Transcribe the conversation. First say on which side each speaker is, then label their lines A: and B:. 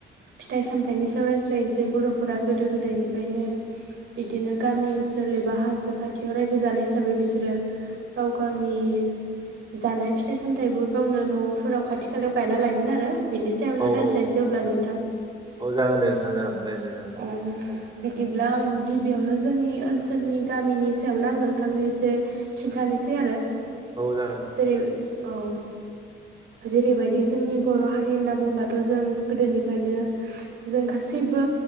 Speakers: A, on the right (about 75°); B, on the right (about 25°).
A: फिथाइ सामथाइनि सायाव रायज्लायनोसै बर'फोरा गोदो गोदायनिफ्रायनो बिदिनो गामि ओनसोल एबा हाजो खाथियाव रायजो जानाय हिसाबै बिसोरो गाव गायनि जानाय फिथाइ सामथाइबो गावनो न'फोराव खाथि खालायाव गायना लायोमोन आरो। बिनि सायावनो
B: औ
A: रायज्लायनोसै
B: औ
A: अब्ला नोंथां।
B: औ जागोन दे नोंथां जागोन रायज्लाय जागोन
A: ओ
B: औ।
A: बिदिब्ला आं गिबियावनो जोंनि ओनसोलनि गामिनि सायावनो आं नोंथांनो एसे खिन्थानोसै आरो
B: औ जागोन
A: जेरै
B: जागोन
A: औ। जेरैबायदि जोंनि बर' हारि होनना बुङोब्लाथ' जों गोदोनिफ्रायनो जों गासैबो